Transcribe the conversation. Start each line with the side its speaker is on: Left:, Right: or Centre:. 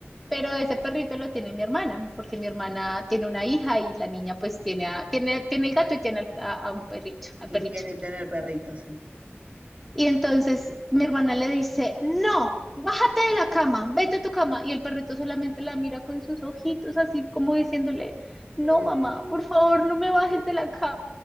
Centre: Pero ese perrito lo tiene mi hermana, porque mi hermana tiene una hija y la niña pues tiene, a- tiene, tiene el gato y tiene al- a, a un perrito, al
Right: Y
Centre: perrito.
Right: quiere tener perritos, sí.
Centre: Y entonces mi hermana le dice, no, bájate de la cama, vete a tu cama. Y el perrito solamente la mira con sus ojitos, así como diciéndole, no,
Right: Mm,
Centre: mamá, por favor, no me bajes
Right: Sí,
Centre: de la cama.